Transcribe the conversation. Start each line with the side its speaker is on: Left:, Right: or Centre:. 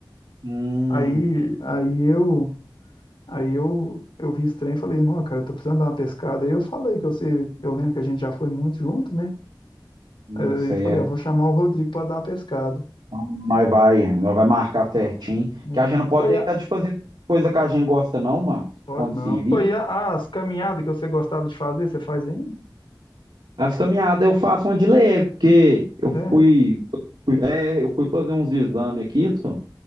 Right: Hum,
Left: Aí, aí eu, aí eu, eu vi esse trem e falei, não, cara, eu tô precisando dar uma pescada. Aí eu falei que eu sei, eu lembro que a gente já foi muito junto, né?
Right: não
Left: Aí
Right: sei,
Left: eu falei,
Right: é.
Left: ah, vou chamar o Rodrigo para dar uma pescada.
Right: Então, Nós vai, nós vai marcar certinho,
Left: né?
Right: porque a gente não pode
Left: Oi,
Right: deixar
Left: a-
Right: de fazer coisa que a gente gosta não, mano,
Left: pode
Right: quando
Left: não.
Right: servir.
Left: Oi, a- as caminhadas que você gostava de fazer, você faz ainda?
Right: As caminhadas eu faço uma de leve, porque eu
Left: É.
Right: fui, fui- é, eu fui fazer uns exames aqui, só.